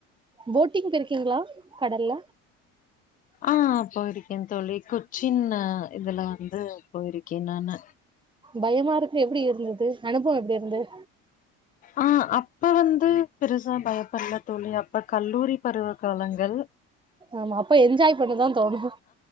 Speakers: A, on the right; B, on the left.
A: போட்டிங் போயிருருக்கீங்களா கடல்ல
B: ஆ போயிருக்கே தோழி கொச்சின் இதுல வந்து போயிருக்கே நானு
A: பயமா இருக்கு எப்டி இருந்தது அனுபவோ எப்டி இருந்தது
B: ஆ அப்போ வந்து பெருசா பயப்படல தோழி அப்ப கல்லூரி பருவ காலங்கள்
A: ஆமா அப்ப என்ஜாய் பண்ணதா தோணு